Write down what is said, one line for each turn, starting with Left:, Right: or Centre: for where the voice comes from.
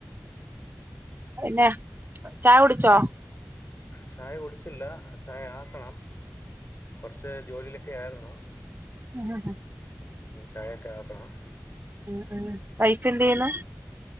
Right: പിന്നെ ചായ കുടിച്ചോ
Left: ചായ കുടിച്ചില്ല ചായ ആക്കണം കുറച്ച് ജോലിയിലൊക്കെ ആയിരുന്നു
Right: ആഹ
Left: ചായകെ ആക്കണം
Right: ഉം ഉം വൈഫ് എന്തെയുന്നൂ